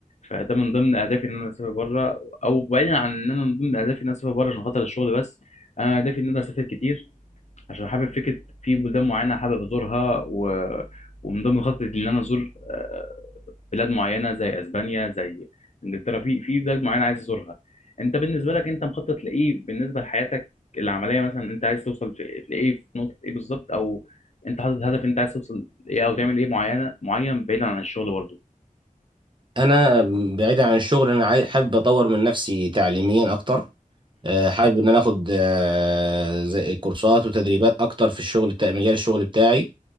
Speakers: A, on the left (about 55°); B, on the right (about 35°).
A: فده من ضمن اهدافي ان انا اسافر بره او بعيدا عن ان انا من ضمن اهدافي ان انا اسافر بره عشان خاطر الشغل بس انا اهدافي ان انا اسافر كتير عشان حابب فكره في بلدان معينه حابب ازورها و... ومن ضمن خطتي ان انا ازور آه، بلاد معينه زي اسبانيا زي انجلترا في في بلاد معينه عايز ازورها انت بالنسبه لك انت مخطط لايه بالنسبه لحياتك العمليه مثلا انت عايز توصل في في ايه في نقطه ايه بالظبط او انت حاطط هدف انت عايز توصل ايه او تعمل ايه معينه معين بعيدا عن الشغل برضه
B: انا بعيدا عن الشغل انا عاي- حابب اطور من نفسي تعليميا اكتر آه، حابب ان انا اخد آه، زي كورسات وتدريبات اكتر في الشغل بتاع مجال الشغل بتاعي